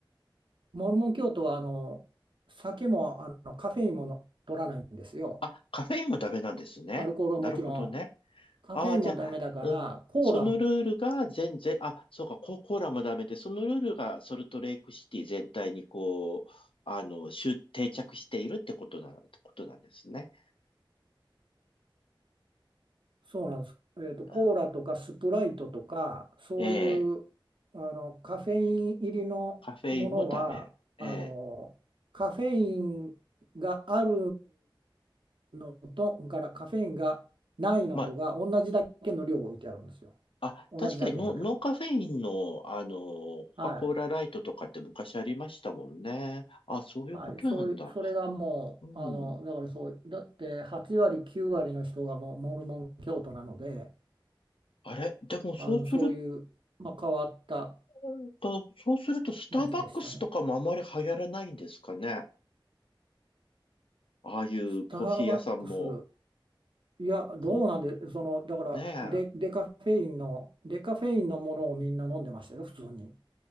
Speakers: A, on the right; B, on the left.
A: モルモン教徒はあの酒もあのカフェインもの取らないんですよ。
B: あ、カフェインもダメなんですね。
A: アルコールはもちろん。
B: なるほどね。
A: カフェインもダメだから、
B: ああ、じゃあ、うん。
A: コーラ、
B: そのルールが全然、あ、そうか、コ、コーラもダメで、そのルールがソルトレイクシティ全体にこう、あの、集定着しているってことな、ことなんですね。
A: そうなんです。えーと、コーラとかスプライトとか、
B: あ
A: そういう
B: ええ、
A: あのカフェイン入りのものは、
B: カフェインもダメ。ええ、
A: あのカフェインがあるのと、からカフェインがないのとが同じだけの量を置いてあるんですよ。
B: まあ、あ、
A: 同じだけの量。
B: 確かにノ、ノーカフェインの、あの、コカ・
A: はい。
B: コーラライトとかって昔ありましたもんね。あ、そういうことなんだ。
A: はい、そういう、それがもう、
B: うん。
A: あの、だからそう、だって8割、9割の人がもうモルモン教徒なので、
B: あれ、でもそうすると、
A: あの、そういう、まあ、変わった
B: うんだそうすると、スターバックスとかもあまり流行らないんですかね。
A: 街でしたね。
B: ああいうコーヒー屋さんも、
A: スターバックス、いや、どうなんで、
B: こ、
A: その、だからデ、
B: ねえ。
A: デカフェインの、デカフェインのものをみんな飲んでましたよ、普通に。